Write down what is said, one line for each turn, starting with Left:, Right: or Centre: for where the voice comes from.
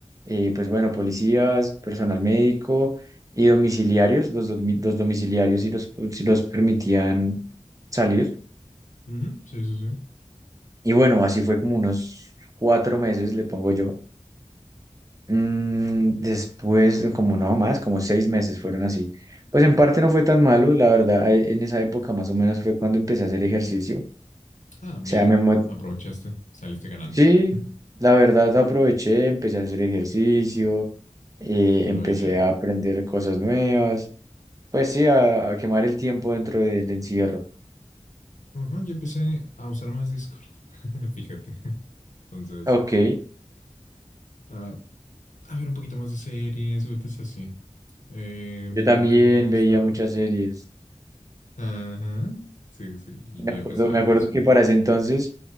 Right: eh, pues bueno, policías, personal médico y domiciliarios. Los, domi- los domiciliarios sí los, sí los permitían salir.
Left: Ujú, Sí, sí, sí.
Right: Y bueno, así fue como unos cuatro meses, le pongo yo. Mm, después, como no más, como seis meses fueron así. Pues en parte no fue tan malo, la verdad, ahí- en esa época más o menos fue cuando empecé a hacer ejercicio. O
Left: Ah, mira,
Right: sea, me, mo-
Left: aprovechaste, saliste ganando.
Right: Sí,
Left: <laughs>
Right: la verdad aproveché, empecé a hacer ejercicio, eh,
Left: Lo
Right: empecé
Left: ideal.
Right: a aprender cosas nuevas, pues sí, a, a quemar el tiempo dentro del encierro.
Left: Ajá, yo empecé a usar más Discord, <laughs> fíjate. Entonces,
Right: Ok,
Left: ah, a ver un poquito más de series, es así. Eh,
Right: yo
Left: mm,
Right: también
Left: como me gustaba.
Right: veía muchas series.
Left: Ajá. Sí, sí, y
Right: Me
Left: yo
Right: acuerdo,
Left: empecé a
Right: me acuerdo
Left: consumir.
Right: que para ese entonces